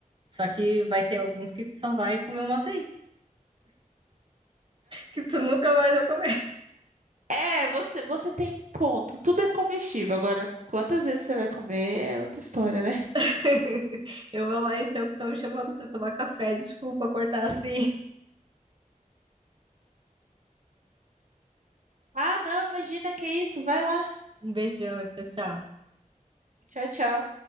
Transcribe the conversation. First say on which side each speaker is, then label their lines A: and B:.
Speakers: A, on the right; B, on the right.
A: Só que vai ter alguns que tu só vai comer uma vez, que tu nunca mais vai comer.
B: É, você, você tem um ponto. Tudo é comestível. Agora, quantas vezes você vai comer é outra história, né?
A: <laughs> Eu vou lá então, que estão me chamando para tomar café. Desculpa cortar assim.
B: Ah, não, imagina que isso. Vai lá.
A: Um beijão, tchau, tchau.
B: Tchau, tchau.